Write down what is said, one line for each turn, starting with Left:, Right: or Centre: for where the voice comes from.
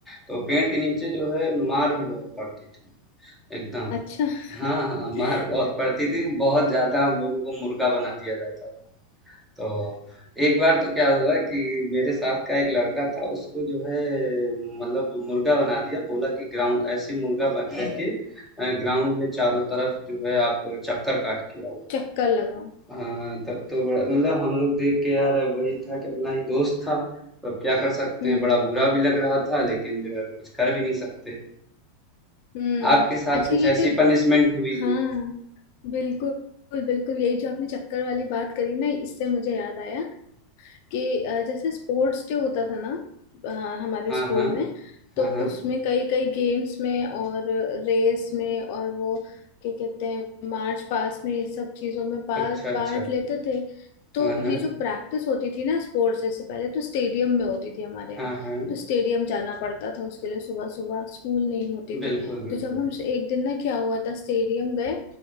Centre: तो पेड़ के नीचे जो है मार भी बहुत पड़ती थी एकदम
Left: अच्छा
Centre: हाँ हाँ
Left: <laughs>
Centre: मार बहुत पड़ती थी बहुत ज्यादा हम लोगों को मुर्गा बना दिया जाता था तो एक बार तो क्या हुआ कि मेरे साथ का एक लड़का था उसको जो है मतलब मुर्गा बना दिया बोला कि ग्राउंड ऐसी मुर्गा बन करके ग्राउंड में चारों तरफ जो है आप चक्कर काट के आओ
Left: चक्कर लगाओ
Centre: हाँ, तब तो बड़ा मतलब हम लोग देख के यार अब वही था कि अपना ही दोस्त था तो अब क्या कर सकते
Left: हम्म
Centre: हैं बड़ा बुरा भी लग रहा था लेकिन जो है कुछ कर भी नहीं सकते
Left: हम्म
Centre: आपके साथ
Left: अच्छा
Centre: कुछ
Left: ये
Centre: ऐसी
Left: जो
Centre: पनिशमेंट हुई
Left: हाँ
Centre: हो
Left: बिल्कुल बिल्कुल यही जो आपने चक्कर वाली बात करी ना इससे मुझे याद आया कि अ, जैसे स्पोर्ट्स डे होता था ना अ, हमारे
Centre: हाँ
Left: स्कूल
Centre: हाँ
Left: में
Centre: हाँ
Left: तो
Centre: हाँ
Left: उसमें कई कई गेम्स में और रेस में और वो क्या कहते हैं मार्च पास्ट में ये सब चीजों में पा,
Centre: अच्छा अच्छा
Left: पार्ट लेते थे तो
Centre: हाँ
Left: ये
Centre: हाँ
Left: जो प्रैक्टिस होती थी ना स्पोर्ट्स जैसे पहले तो स्टेडियम में होती थी हमारे यहाँ
Centre: हाँ हाँ
Left: तो स्टेडियम जाना पड़ता था उसके लिए सुबह सुबह स्कूल नहीं होती
Centre: बिल्कुल
Left: थी
Centre: बिल्कुल
Left: तो जब हम एक दिन ना क्या हुआ था स्टेडियम गए